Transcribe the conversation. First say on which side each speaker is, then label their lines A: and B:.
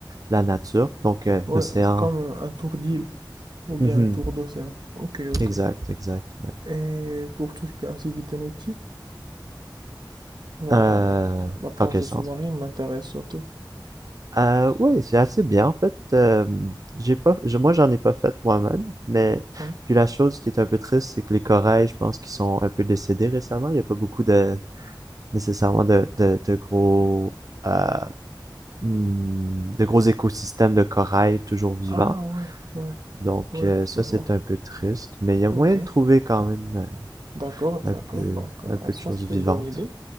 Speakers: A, on the right; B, on the right.
A: la nature, donc euh,
B: ouais,
A: l'océan.
B: c'est comme un tour d'île ou bien
A: Mhm.
B: un tour d'océan. Ok, ok.
A: Exact, exact, ouais.
B: Et pour tout ce qui est activité nautique, genre
A: Euh,
B: euh, la plongée
A: dans quel sens?
B: sous-marine m'intéresse surtout.
A: Euh, ouais, c'est assez bien en fait. Euh, j'ai pas je- moi j'en ai pas fait moi-même, mais
B: Ouais.
A: puis la chose qui est un peu triste, c'est que les corails, je pense qu'ils sont un peu décédés récemment, il y a pas beaucoup de nécessairement de de, de gros euh, hmm, de gros écosystèmes de corail toujours vivants.
B: Ah ouais, ouais,
A: Donc
B: ouais,
A: euh, ça,
B: je vois.
A: c'est un peu triste, mais il y a
B: Ok,
A: moyen de trouver quand même
B: d'accord,
A: euh,
B: d'accord.
A: un peu,
B: Donc euh,
A: un peu
B: en soi,
A: de choses
B: c'est
A: vivantes.
B: une bonne idée.